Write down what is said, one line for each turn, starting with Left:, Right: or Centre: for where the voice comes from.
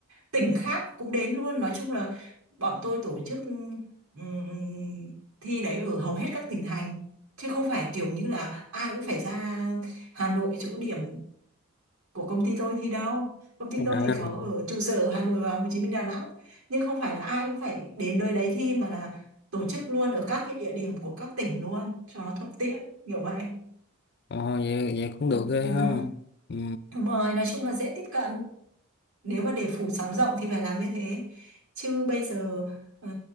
Right: tỉnh khác cũng đến luôn nói chung là bọn tôi tổ chức ừm, thi đấy ở hầu hết các tỉnh thành chứ không phải kiểu như là ai cũng phải ra Hà Nội chỗ điểm của công ty tôi thì đâu công ty
Left: à,
Right: tôi thì có ở trụ sở ở Hà Nội và Hồ Chí Minh Đà Nẵng nhưng không phải là ai cũng phải đến nơi đấy thi mà là tổ chức luôn ở các cái địa điểm của các tỉnh luôn cho nó thuận tiện kiểu vậy
Left: ờ, vậy, vậy cũng
Right: ừ.
Left: được ghê
Right: ừ.
Left: ha ừ.
Right: đúng rồi nói chung là dễ tiếp cận nếu mà để phủ sóng rộng thì phải làm như thế chứ bây giờ ờ,